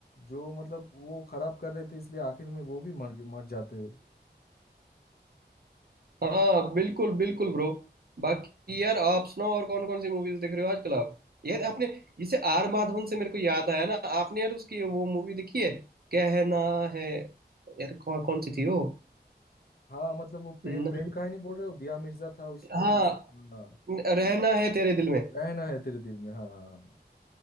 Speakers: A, on the left; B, on the right.
A: जो मतलब वो खराब कर रहे थे इसलिए आखिर में वो भी मर मर जाते हैं।
B: हाँ बिल्कुल बिल्कुल ब्रो बाकी यार आप सुनाओ और कौन कौन सी मूवीज देख रहे हो आजकल आप यार आपने जिसे आर माधवन से मेरे को याद आया ना आपने यार उसकी वो मूवी देखी है कहना है यार कौन कौन सी थी वो
A: हाँ मतलब वो प्रे,
B: न-
A: प्रेम कहानी बोल रहे हो दिया मिर्जा था उसमें
B: हाँ
A: हाँ
B: न- रहना है तेरे दिल में
A: रहना है तेरे दिल में हाँ हाँ